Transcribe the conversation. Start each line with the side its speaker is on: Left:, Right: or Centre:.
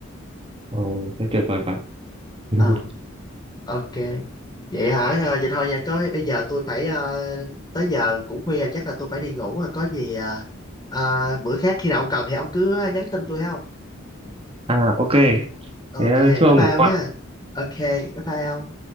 Right: ồ, thế tuyệt vời quá <laughs>
Left: Ờ, ok. Vậy hả? À, vậy thôi nha. Có bây giờ tôi phải ờ, tới giờ cũng khuya chắc là tôi phải đi ngủ rồi. Có gì ờ, ờ, bữa khác khi nào ông cần thì ông cứ nhắn tin tôi ha ông.
Right: à ok
Left: Ok,
Right: thế chứ
Left: bye
Right: ông
Left: bye ông ha. Ok, bye bye ông.